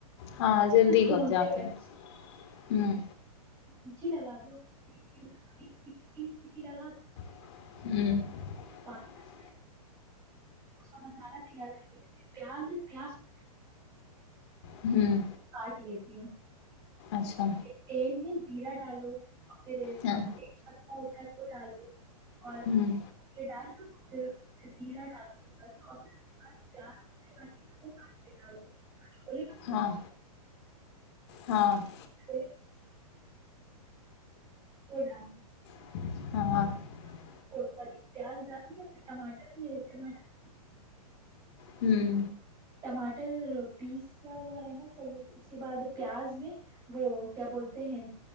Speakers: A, on the left; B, on the right.
A: ہاں جلدی
B: سے پھولتے
A: کب جاتے
B: ہیں
A: ہیں
B: مجھے لگا دو <unintelligible>
A: <unintelligible>
B: پانچ دس اس کا مصالحہ تیار کر کے پیاز پیاز
A: ہ
B: <unintelligible> <unintelligible>
A: اچھا
B: یرا ڈالو <unintelligible> <unintelligible>
A: ہاں
B: اور
A: ہ
B: یہ ڈال دو <inaudible> <unintelligible>
A: ہاں ہاں <unintelligible>
B: بھٹورے <inaudible>
A: <unintelligible>
B: <unintelligible>
A: ھم
B: ٹماٹر پیسا ہوا رہنا چاہیے اور اس کے بعد پھر پیاز نہیں وہ کیا بولتے ہیں